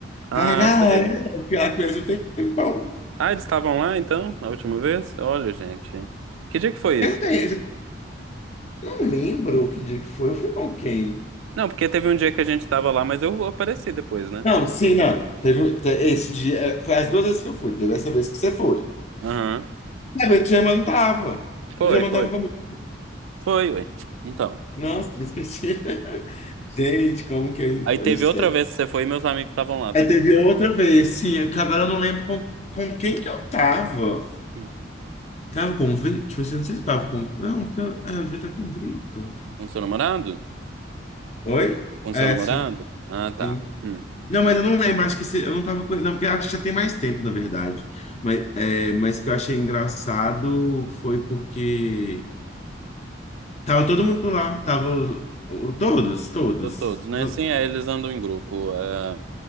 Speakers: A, on the right (about 80°); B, on the left (about 35°).
A: ah,
B: Tá a galera,
A: sei.
B: porque lá com eles um tempão.
A: Ah, eles estavam lá então, a última vez? Olha, gente. Que dia que foi isso?
B: Eu, não, tenho, eu não lembro que dia que foi, eu fui com quem?
A: Não, porque teve um dia que a gente tava lá, mas eu apareci depois, né?
B: Não, sim, não. Teve, te- esse dia, eh, foi as duas vezes que eu fui, teve essa vez que você foi.
A: Aham.
B: É, mas o Germano tava.
A: Foi,
B: O Germano
A: foi.
B: tava comigo.
A: Foi, ué. Então.
B: Nossa, esqueci. <laughs> Gente, como que eu
A: Aí teve
B: eu esqueço?
A: outra vez que você foi e meus amigos estavam lá também.
B: Aí teve outra vez, sim, acabaram, eu não lembro com, com quem que eu tava.
A: Hum.
B: Tava com o Vitor? Tipo assim, não sei se tava com. Não, porque eu, é, eu devia estar com o Vitor.
A: Com seu namorado?
B: Oi?
A: Com
B: É,
A: seu namorado?
B: sim,
A: Ah, tá.
B: sim.
A: Hum.
B: Não, mas eu não lembro, acho que se, eu não tava com ele. Não, porque acho que já tem mais tempo, na verdade. Mas, é, mas o que eu achei engraçado foi porque tava todo mundo lá, tava o- o- todos, todos.
A: Tô todos, né?
B: To-
A: Assim, é, eles andam em grupo. é,